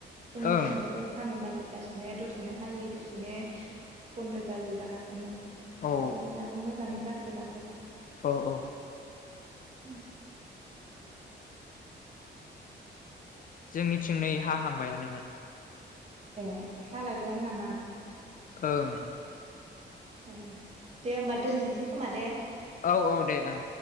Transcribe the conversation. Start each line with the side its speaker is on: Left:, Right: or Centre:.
Right: जोंनिथिंबो
Left: ओं
Right: हानो नागिर गासिनो दसेनो हायो दसेनो बन्द' जायो जागासिनो। अखायानो
Left: औ
Right: दाबो मोजाङै गारजोबाखै।
Left: औ औ
Right: ओं
Left: जोंनिथिं नै हा हांबायानोमोन।
Right: ए हालायबायानो नामा?
Left: ओं
Right: ए दे होमबा दोनथ'नोसै खोमा दे।
Left: औ औ दे ओं।